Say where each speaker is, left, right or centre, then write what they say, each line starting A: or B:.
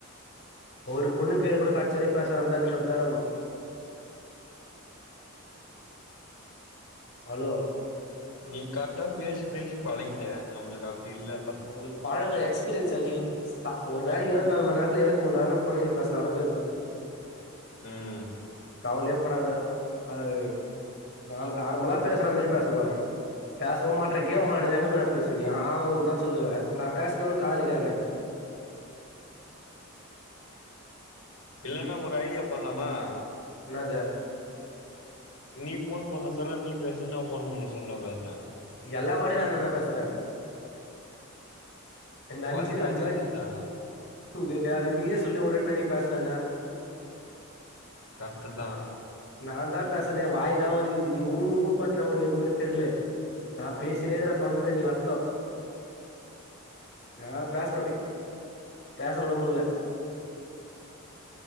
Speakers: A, on the left; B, on the left.
A: ஒரு பொண்ணு கையில கூட கடைசி வர பேசாது இருந்தா இது மாரிதா இருக்கணு ஹலோ
B: நீ கரெக்டா பேசி பேசி பழகிட்ட நம்மளுக்கு அப்டி இல்ல
A: அவளுக்கு பழக்க எக்ஸ்பீரியன்ஸ் அதிக ச ஒரு நாளைக்கு இருவத்திநாலு மண்நரத்துல இருவத்தி மூணு நேர பொண்ண பேசுன்னாளு பேசுவே
B: ம்
A: கவலையேப்படாத அது நா நார்மலா பேசுற மாரி பேச போறே பேசவு மாட்ற கேம் விளையாடுற எங்கந்திரா பேசு நீ ஆ உ சொல்லுவே நா பேசுரது ஒனக்கு காதுல கேக்காது
B: இல்லன்னா ஒரு ஐடியா பண்ணலாமா
A: என்னாது
B: நீ போன் பண்ண சொல்லு நீ பேசு நா போன் பண்ண சொல்லு பேசுறே
A: எல்லா வாட்டியு நாந்தான்டா பேசுறே அ அஞ்சு
B: அது கரெக்ட்டு
A: அஞ்சு
B: தான்டா
A: <unintelligible> நீயே சொல்லி ஒரு வாட்டி நீ பேசுனேனு
B: கரக்டுதா
A: நான்தா பேசுனே வாய் தா வலிக்குது நீ ஊ ஊன் கொட்டர உனுக் எதுவுமே தெரியல நா பேசினே இருக் தொண்ட தண்ணி வத்து யாரவுது பேசுறத பேச கூட முடில